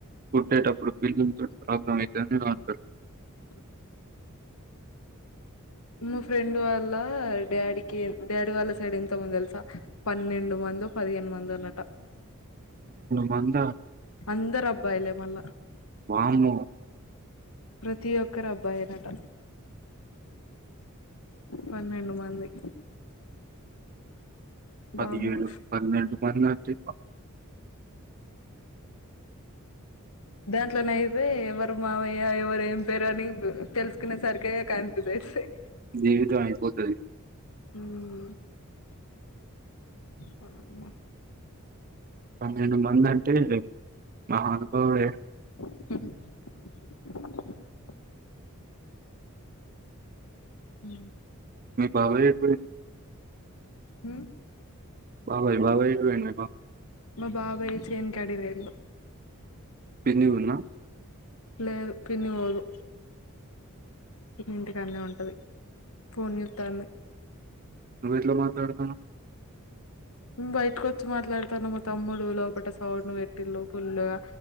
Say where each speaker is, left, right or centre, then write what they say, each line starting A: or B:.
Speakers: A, on the right; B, on the left.
A: పుట్టేటప్పుడు పిల్లల్తోని ప్రాబ్లం అయితననె అంటార్
B: అ మా ఫ్రెండ్ వాళ్ళ డాడీకి డాడీ వాళ్ళ సైడ్ ఎంతమంది తెలుసా పన్నెండు మ మందో పదియేను మందోనట
A: మంద
B: అందరబ్బాయిలె మళ్ళ
A: వామ్మో
B: ప్రతి ఒక్కరు అబ్బాయేనట పన్నెండు మంది
A: పదిఎడు
B: వామ్మో
A: పన్నేండు మందంటే
B: దాంట్లోనే అయిపోయి ఎవరు మావయ్య ఎవరు ఏం పేరని తెలుసుకునే సరికె కనిపిస్ ఐతాయి
A: జీవితం అయిపోతది
B: ఉమ్ వామ్మ
A: పన్నెండు మంది అంటే మహానుభావుడే
B: ఉ ఉ
A: మీ బబాయ్ ఎటు
B: ఉ
A: బబాయ్ బబాయ్ ఎట్ పోయిండు
B: మా బాబాయ్ చేను కాడకి పోయిండు
A: పిన్ని ఉన్నా
B: లేదు పిన్ని పోదు పన్ని ఇంటికన్న ఉంటుంది ఫోన్ జుస్తాంది
A: నువ్వు ఎట్లా మాట్లాడతనవ్
B: నేను బయటకు వచ్చి మాట్లాడతానా మా తమ్ముడు లోపట సౌడ్ను ఎట్టిల్ ఫుల్ గా